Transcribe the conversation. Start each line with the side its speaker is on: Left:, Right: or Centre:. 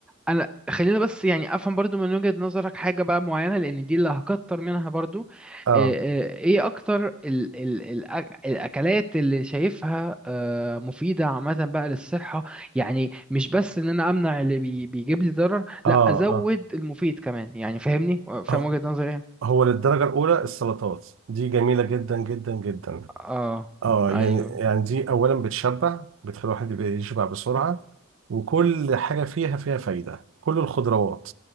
Centre: انا خلينا بس يعني افهم برضو من وجهة نظرك حاجة بقى معينة لان دي اللي هكتر منها برضو آه،
Right: اه
Centre: آه، ايه اكتر ال ال ال الاكلات اللي شايفها آه، مفيدة عامة بقى للصحة يعني مش بس ان انا امنع اللي بي بيجيب لي ضرر
Right: اه
Centre: لا ازود
Right: اه
Centre: المفيد كمان يعني فاهمني فاهم
Right: آه.
Centre: وجهة نظري ايه
Right: هو للدرجة الأولى السلطات دي جميلة جدا جدا جدا
Centre: اه
Right: اه
Centre: ايوه
Right: يعني يعني دي أولا بتشبع بتخلي الواحد يبقى يشبع بسرعة وكل حاجة فيها فيها فايدة كل الخضروات